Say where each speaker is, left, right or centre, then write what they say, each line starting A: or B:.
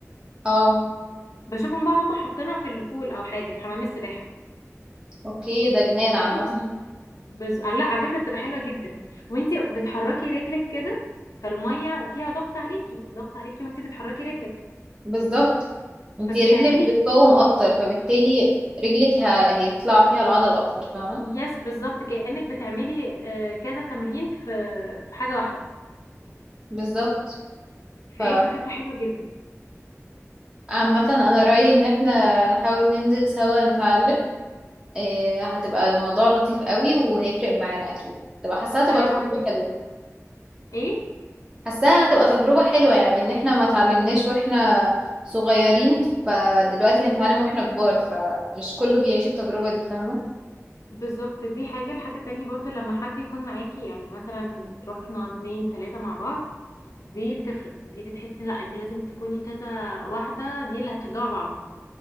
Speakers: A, on the right; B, on the left.
A: اه
B: بشوفهم بقى هم حاطينها في البول او حاجه في حمام السباحه
A: اوكي
B: اوكي
A: ده جنان عامة
B: بز... لا على فكره بتبقى حلوه جدا وانت بتحركي رجلك كده فالميه فيها ضغط عليكي ضغط عليكي وانت بتحركي رجلك
A: بالظبط انتي
B: فبتعملي
A: رجلك بتقوم أكتر فبالتالي رجلك ه... هيطلع فيها العضل أكتر فاهمة
B: يس بالظبط كانك بتعملي آه، كذا تمرين في في حاجه واحده
A: بالظبط
B: فهي
A: ف
B: كفكره حلوه جدا
A: عامة أنا رأيي إن احنا نحاول ننزل سوا نتعلم إيه هتبقى الموضوع لطيف قوي وهيفرق معانا أكيد تبقى حاسة هتبقى
B: انا
A: تجربة
B: ما عنديش
A: حلوة
B: ايه
A: حاساها هتبقى تجربة حلوة يعني ان احنا ما اتعلمناش واحنا صغيرين فدلوقتي هنتعلم واحنا كبار فمش كله بيعيش التجربة دي فاهمة
B: بالظبط دي حاجة الحاجة التانية برضو لما حد يكون معاكي يعني مثلا رحنا اتنين تلاتة مع بعض دي بتفرق دي بتحسي لا انت لازم تكوني كذا واحدة دي اللي هتشجعوا بعض